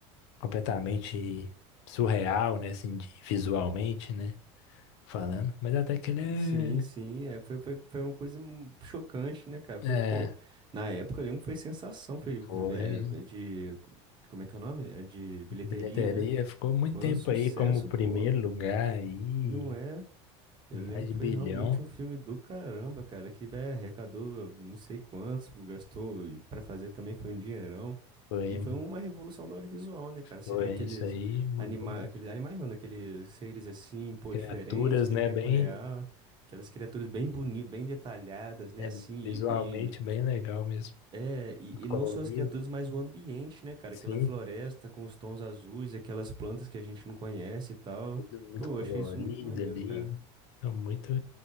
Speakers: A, on the left (about 80°); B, on the right (about 30°).
A: completamente surreal, né? Assim, de- visualmente, né? Falando. Mas até que ele
B: Sim, sim, é, foi, foi, foi uma coisa mu- chocante, né, cara? Foi,
A: é.
B: pô,
A: é,
B: na época eu lembro que foi sensação, foi
A: foi.
B: é, é de, como é que é o nome? É de bilheteria,
A: Bilheteria
B: né?
A: ficou muito
B: Foi
A: tempo
B: um sucesso,
A: aí como primeiro
B: pô,
A: lugar aí,
B: não é? Eu
A: mais
B: lembro que
A: de bilhão.
B: foi realmente um filme do caramba, cara, que, velho, arrecadou não sei quantos, gastou, e pra fazer também foi um dinheirão.
A: Foi,
B: E foi uma revolução do audiovisual, né, cara? Você
A: foi
B: vê aqueles
A: isso aí, mudou
B: anima...
A: muito.
B: aqueles animais não, né? Aqueles seres assim, pô,
A: Criaturas,
B: diferentes
A: né?
B: em tempo
A: Bem,
B: real, aquelas criaturas bem bonitas, bem detalhadas, né,
A: é,
B: assim,
A: visualmente
B: e, e-
A: bem legal mesmo.
B: é, e, e não
A: Colorido.
B: só as criaturas, mas o ambiente, né, cara?
A: Sim,
B: Aquela floresta com os tons azuis e aquelas plantas que a gente não conhece e tal.
A: Tudo muito
B: Pô,
A: colorido
B: eu achei isso muito maneiro,
A: ali.
B: cara.
A: É muito